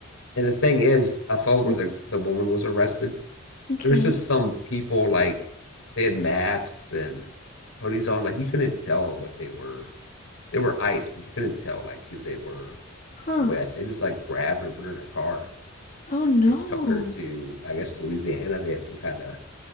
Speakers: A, on the left (about 80°); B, on the left (about 40°).
A: And the thing is, I saw where
B: Mm,
A: the the woman was arrested.
B: Okay.
A: There was just some people like they had masks and hoodies on, like you couldn't tell what they were they were ice, but you couldn't tell like who they were
B: Huh.
A: with. They just like grabbed her and put her in a car
B: Oh no.
A: and took her to I guess Louisiana. They have some kind of